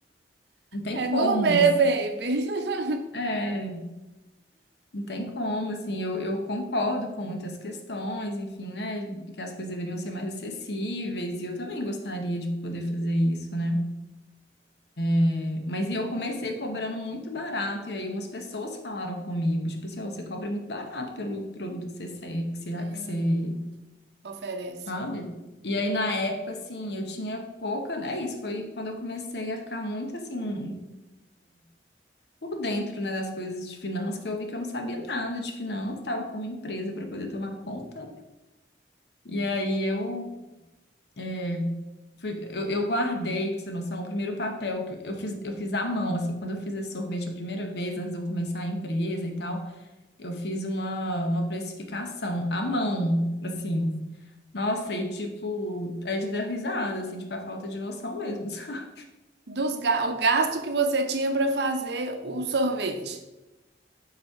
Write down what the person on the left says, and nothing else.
não tem
como.
É, Não tem como, assim, eu, eu concordo com muitas questões, enfim, né, que as coisas deveriam ser mais acessíveis, e eu também gostaria de poder fazer isso, né? É, Mas e eu comecei cobrando muito barato, e aí umas pessoas falaram comigo, tipo assim, ó, você cobra muito barato pelo produto que você, se- que você,
que você,
sabe? E aí, na época, assim, eu tinha pouca, é isso, foi quando eu comecei a ficar muito, assim, por dentro, né, das coisas de finanças, que eu vi que eu não sabia nada de finanças, estava com uma empresa para poder tomar conta, né? E aí eu, é, fui- eu, eu guardei, pra você ter noção, o primeiro papel que eu fiz, eu fiz à mão, assim, quando eu fiz esse sorvete a primeira vez, antes de eu começar a empresa e tal, eu fiz uma, uma precificação à mão, assim. Nossa, e tipo, é de dar risada, assim, tipo, a falta de noção mesmo. <laughs>